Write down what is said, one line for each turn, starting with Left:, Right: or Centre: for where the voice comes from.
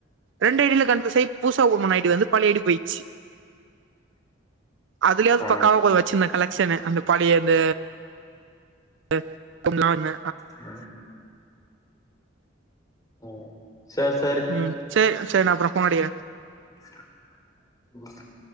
Right: ரெண்டு ஐ டியில கண்பியூஸ் ஆயி புதுசா ஓப்பன் பண்ண ஐ டி வந்து பழைய ஐடி போய்ச்சு அதுலயாது
Left: ஆ
Right: பக்காவா கொஞ்சோ வச்சிருந்தே கலெக்ஷனு அந்த பாடி எந்த த <inaudible> இன்னோன்னு
Left: ம் ம் சேர் சேரி
Right: ம் சேர் சேர் நா அப்புறோ ஃபோன் அடிகிற
Left: <unintelligible>